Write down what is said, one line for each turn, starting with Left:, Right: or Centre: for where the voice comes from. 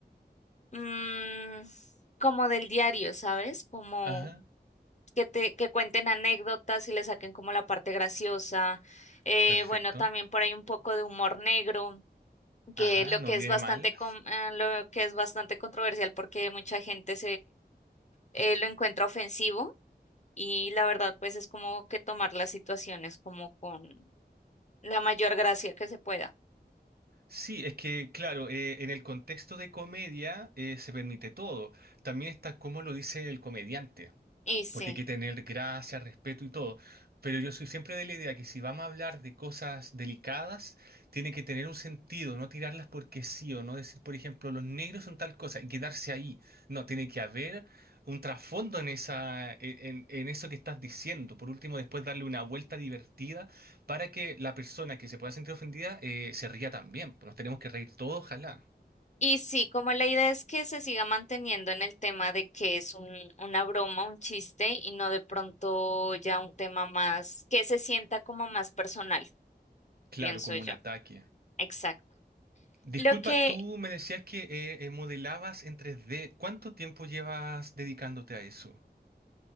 Left: mm, como del diario, ¿sabes? Como
Right: Ajá,
Left: que te que cuenten anécdotas y le saquen como la parte graciosa. Eh,
Right: perfecto.
Left: bueno, también por ahí un poco de humor negro,
Right: Ajá,
Left: que lo
Right: no
Left: que
Right: viene
Left: es bastante
Right: mal.
Left: con- eh, lo que es bastante controversial porque mucha gente eh, lo encuentra ofensivo y la verdad pues es como que tomar las situaciones como con la mayor gracia que se pueda.
Right: Sí, es que, claro, eh, en el contexto de comedia eh, se permite todo. También está cómo lo dice el comediante
Left: Y sí,
Right: porque hay que tener gracia, respeto y todo. Pero yo soy siempre de la idea que si vamos a hablar de cosas delicadas, tiene que tener un sentido, no tirarlas porque sí o no decir, por ejemplo, los negros son tal cosa y quedarse ahí. No, tiene que haber un trasfondo en esa, en, en eso que estás diciendo. Por último, después darle una vuelta divertida para que la persona que se pueda sentir ofendida eh, se ría también. Pues Nos tenemos que reír todos, ojalá.
Left: y sí, como la idea es que se siga manteniendo en el tema de que es un, una broma, un chiste y no de pronto ya un tema más que se sienta como más personal,
Right: Claro,
Left: pienso
Right: como
Left: yo.
Right: un ataque.
Left: Exacto.
Right: Disculpa,
Left: Lo que
Right: tú me decías que eh, eh, modelabas en 3D. ¿Cuánto tiempo llevas dedicándote a eso?